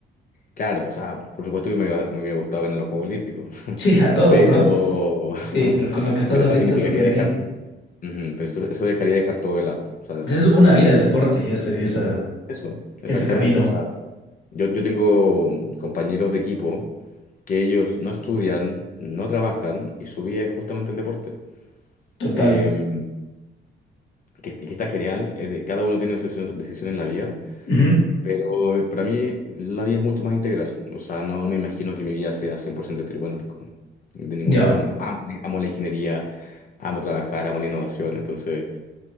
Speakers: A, on the left; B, on the left.
A: Claro, o sea, por supuesto que me, hubiera me hubiera gustado ganar los Juegos Olímpicos, <laughs>
B: Sí, a todos,
A: pero,
B: ¿no? Sí, pero
A: <laughs>
B: con lo que estás
A: pero
B: ahorita
A: eso significaría
B: súper
A: dejar,
B: bien.
A: ujú, pero eso, eso dejaría dejar todo de lado, o sea,
B: Pues Es una vida
A: de-
B: el deporte y ese, esa,
A: eso, exactamente,
B: ese camino
A: o sea, yo, yo tengo compañeros de equipo que ellos no estudian, no trabajan y su vida es justamente el deporte,
B: total.
A: eh, que, que está genial, es de- cada uno tiene su decisión, decisión en la vida,
B: Ujú.
A: Pero para mí la vida es mucho más integral. O sea, no me imagino que mi vida sea 100% trigo en arco. De ninguna
B: Ya.
A: forma. Amo, amo la ingeniería, amo trabajar, amo la innovación. Entonces,